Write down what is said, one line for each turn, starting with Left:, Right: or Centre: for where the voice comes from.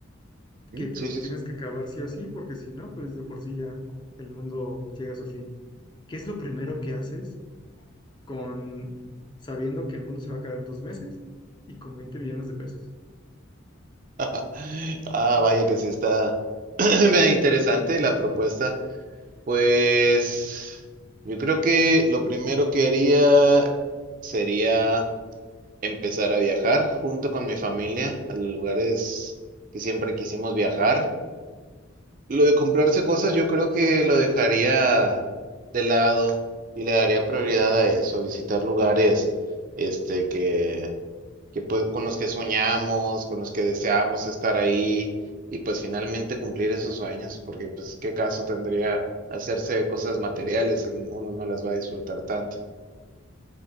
Right: Mm,
Left: Que te
Right: Sí,
Left: los
Right: sí,
Left: tienes
Right: sí.
Left: que acabar sí o sí, porque si no, pues de por sí ya el mundo llega a su fin. ¿Qué es lo primero que haces con sabiendo que el mundo se va a acabar en dos meses y con veinte millones de pesos?
Right: <gasps> Ah, vaya que sí está <clears throat> medio interesante la propuesta. Pues yo creo que lo primero que haría sería empezar a viajar junto con mi familia a lugares que siempre quisimos viajar. Lo de comprarse cosas yo creo que lo dejaría de lado y le daría prioridad a eso, a visitar lugares este que que pue- con los que soñamos, con los que deseamos estar ahí y pues finalmente cumplir esos sueños, porque pues qué caso tendría hacerse de cosas materiales si uno no las va a disfrutar tanto.